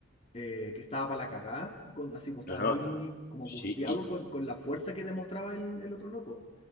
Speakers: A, on the left; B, on the left.
A: eh, que estaba para la cagá, con, así como estaba
B: no, no,
A: muy como
B: sí.
A: angustiado con, con la fuerza que demostraba el, el otro loco.